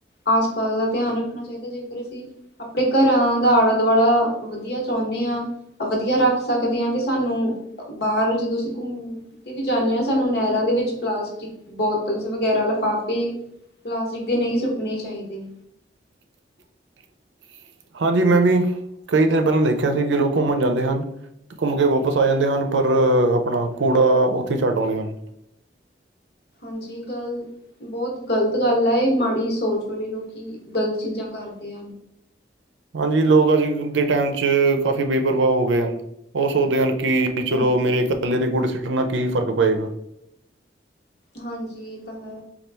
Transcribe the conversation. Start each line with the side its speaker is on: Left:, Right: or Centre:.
Left: ਆਸ- ਪਾਸ ਦਾ ਧਿਆਨ ਰੱਖਣਾ ਚਾਹੀਦਾ ਜੇਕਰ ਅਸੀ ਆਪਣੇ ਘਰਾ ਦਾ ਆਲਾ- ਦੁਆਲਾ- ਵਧੀਆ ਚਾਉਣੇ ਆ। ਵਧੀਆ ਰੱਖ ਸਕਦੇ ਆ ਤੇ ਸਾਨੂੰ, ਬਾਹਰ ਜਦੋ ਅਸੀ ਘੁੰਮਣ ਤੇ ਵੀ ਜਾਂਦੇ ਆ ਸਾਨੂੰ ਨਹਿਰਾ ਦੇ- ਵਿੱਚ ਪਲਾਸਟਿਕ ਬੋਤਲਸ ਵਗੈਰਾ ਲਿਫਾਫੇ ਪਲਾਸਟਿਕ ਦੇ ਨਹੀ ਸੁੱਟਣੇ ਚਾਹੀਦੇ।
Right: <unintelligible> ਹਾਂਜੀ। ਮੈ ਵੀ, ਕਈ ਦਿਨ ਪਹਿਲਾ ਦੇਖਿਆ ਸੀ ਕਿ ਲੋਕ ਘੁੰਮਣ ਜਾਂਦੇ ਹਨ। ਘੁੰਮ ਕੇ ਵਾਪਸ ਆ ਜਾਂਦੇ ਹਨ ਪਰ ਆਪਣਾ ਕੂੜਾ ਉੱਥੇ ਛੱਡ ਆਉਂਦੇ ਹਨ। <inaudible>
Left: ਹਾਂਜੀ। ਗੱਲ ਬਹੁਤ ਗਲਤ ਗੱਲ ਆ। ਇਹ ਮਾੜੀ ਸੋਚ ਵਾਲੇ ਲੋਕੀ ਗਲਤ ਚੀਜਾਂ ਕਰਦੇ
Right: <inaudible>
Left: ਆ।
Right: ਹਾਂਜੀ। ਲੋਕ ਅੱਜ ਦੇ ਟਾਈਮ ਚ ਕਾਫ਼ੀ ਬੇਪਰਵਾਹ ਹੋ ਗਏ ਹਨ। ਉਹ ਸੋਚਦੇ ਹਨ- ਕਿ ਚਲੋ,
Left: ਹਾਂਜੀ
Right: ਮੇਰੇ ਇਕੱਲੇ ਦੇ ਕੁੜੇ ਸੁੱਟਣ ਨਾਲ ਕੀ ਫਰਕ ਪਏਗਾ।
Left: ਹਾਂਜੀ। ਇਹ ਤਾ ਹੈ